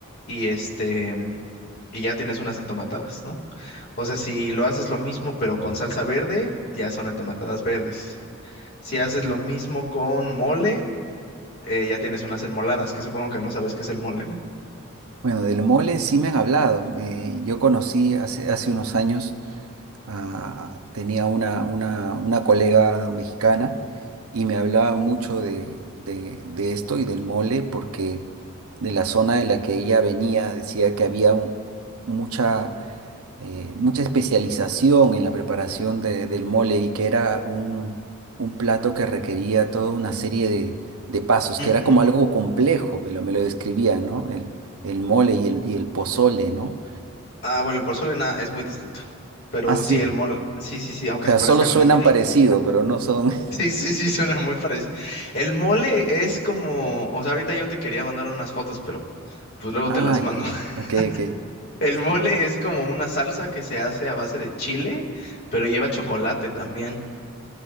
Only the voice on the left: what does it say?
y este, y ya tienes unas entomatadas, ¿no? O sea, si lo haces lo mismo pero con salsa verde, ya son entomatadas verdes. Si haces lo mismo con mole, eh, ya tienes unas enmoladas, que supongo que no sabes qué es el mole, ¿no?
Ujú.
Ah, bueno, el pozole nada, es muy distinto. Pero
sí, el mole, sí, sí, sí, aunque
se parezcan
en nombre. <laughs>
Sí, sí, sí, suena muy parecido. El mole es como, o sea, ahorita yo te quería mandar unas fotos, pero pues luego
te las
mando.
<laughs>
El
mole es como una salsa que se hace a base de chile, pero lleva chocolate también.